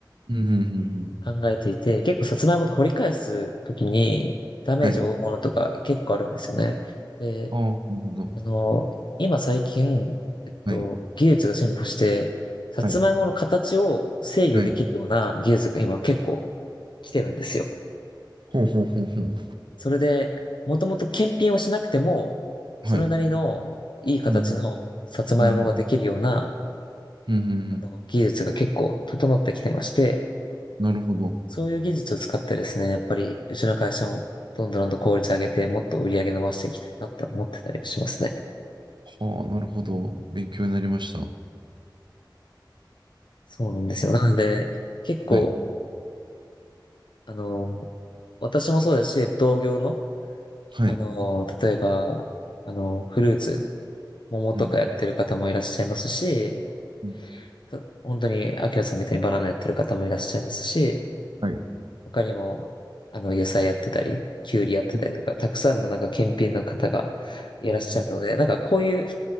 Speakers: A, on the right (about 70°); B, on the left (about 70°).
A: うん、うん、うん。うんうん
B: 考えていて、結構さつまいもって掘り返すときにダメージを負うものとか結構あるんですよね。
A: はい。
B: で、
A: ああ、なるほど。
B: あの、今最近、えっと、
A: はい。
B: 技術が進歩して、さつまいもの形を制御できるような技術が今結構
A: はい。はい。
B: 来てるんですよ。
A: ほうほうほうほう。
B: それで、もともと検品をしなくても、それなりのいい形のさつまいもができるような、
A: はい。うん、うん、うん、うん。うん
B: あの、技術が結構整ってきてまして、
A: なるほど。
B: そういう技術を使ってですね、やっぱり、うちの会社もどんどんどんどん効率上げて、もっと売り上げ伸ばしていきたいなって思ってたりしますね。
A: はあ、なるほど。勉強になりました。
B: そうなんですよ。なので、結構、
A: はい。
B: あの、私もそうですし、同業の、
A: はい。
B: あの、例えば、あの、フルーツ、桃とかやってる方もいらっしゃいますし、
A: うん。うん
B: た本当に、アキラさんみたいにバナナやってる方もいらっしゃいますし、
A: はい。
B: 他にも、あの、野菜やってたり、キュウリやってたりとか、
A: う
B: たくさんのなんか検品の方がいらっしゃるので、
A: ん
B: なんかこういう